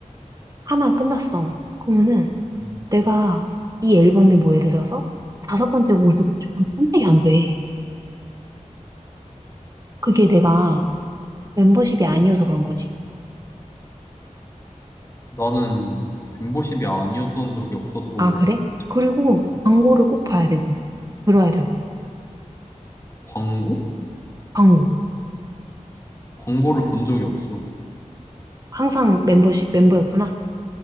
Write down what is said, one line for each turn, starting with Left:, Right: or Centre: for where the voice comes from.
Right: 하나 끝났어. 그러면은
Left: 음.
Right: 내가 이 앨범에 뭐 예를 들어서 다섯 번째 곡을 듣고 싶은 선택이 안 돼. 그게 내가 멤버십이 아니어서 그런 거지.
Left: 나는 멤버십이 아니었던 적이 없어서
Right: 아, 그래? 그리고
Left: 있어.
Right: 광고를 꼭 봐야 되고, 들어야 되고,
Left: 광고?
Right: 광고.
Left: 광고를 본 적이 없어.
Right: 항상 멤버십 멤버였구나.